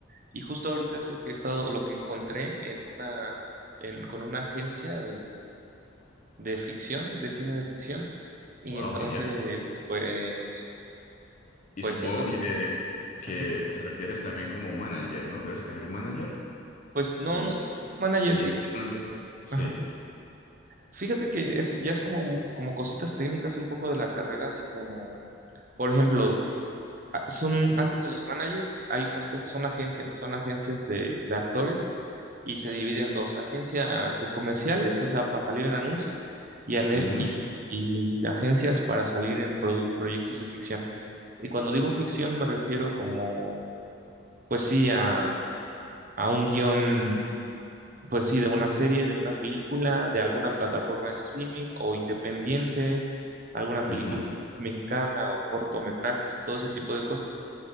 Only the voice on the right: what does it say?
Y justo ahorita es lo que he estado, lo que encontré en una, en- con una agencia de, de ficción, de cine de ficción, y
entonces,
pues,
pues
siento,
ujú.
Pues no,
no, no tengo manager,
fíjate.
Ajá. Fíjate que es, ya es como, como cositas técnicas un poco de la carrera, así como por ejemplo, a- son, antes de los managers, hay unas cosas, son agencias, son agencias de, de actores y se dividen en dos, agencias de comerciales, o sea, para salir en anuncios, y, ane-
y- y agencias para salir en produ- proyectos de ficción. Y cuando digo ficción me refiero como, pues sí, a, a un guión, pues sí, de una serie, de una película, de alguna plataforma de streaming o independientes, alguna película
pues, mexicana o cortometrajes, todo ese tipo de cosas.